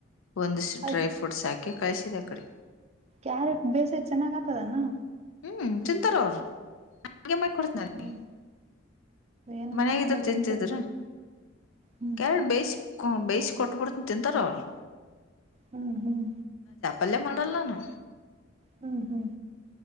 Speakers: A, on the left; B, on the right.
A: ಒಂದಿಷ್ಟ
B: ಅದ್
A: ಡ್ರೈ ಫ್ರೂಟ್ಸ್ ಹಾಕಿ ಕಳಿಸಿದೆ ಅ ಕಡೆ
B: ಕ್ಯಾರೆಟ್ ಬೇಸಿ ಚೆನ್ನಾಗತದನಾ
A: ಹ್ಮ ಚಿಂತಾರೋರ್ ಹಾಗಗೆ ಮಾಡಕೊಡತನೀ
B: ಹ್ಮ್ ಏನೋ
A: ಮನ್ಗಿದ್ರ
B: ನಮಗ್
A: ತಿಂತಿದ್ರ
B: ಗೊತ್ತಿರ್ಬೋದು ಹ್ಮ್
A: ಕ್ಯಾರೆಟ್ ಬೇಯಿಸ ಕ ಬೇಯಿಸಿ ಕೊಟ್ಟಬಡ್ತನಿ ತಿಂತಾರ ಅವ್ರು
B: ಹ್ಮ್ ಹ್ಮ್
A: ಅಲ್ಲೆ ಮಾಡಲ್ಲಾನು
B: ಹ್ಮ್ ಹ್ಮ್